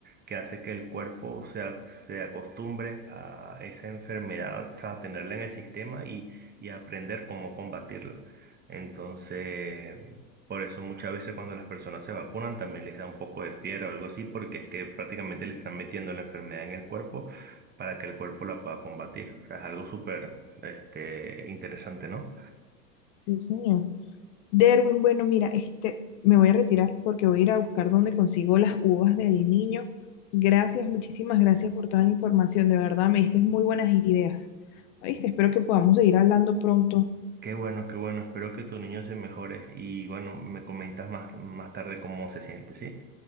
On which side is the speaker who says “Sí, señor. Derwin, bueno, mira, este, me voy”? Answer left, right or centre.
Left